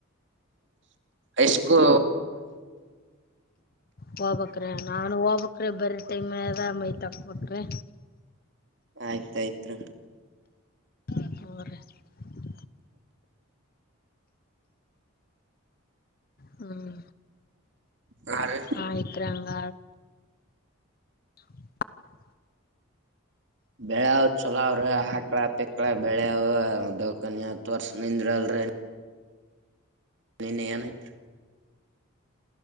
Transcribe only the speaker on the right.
ಐ ಸ್ಕೂ
ಆಯ್ತಾಯ್ತ್ು
ಹಾ ರೀ
ಬೆಳೆಾವ್ ಚಲಾವ್ರಿ ಹಾಕ್ಳ ಪಿಕ್ಳ ಬೆಳ್ಯ ದಕನ್ಿ ಹತ್ ವರ್ಷ ನಿಂದ್ರಲ್ರರಿ ಅನನತ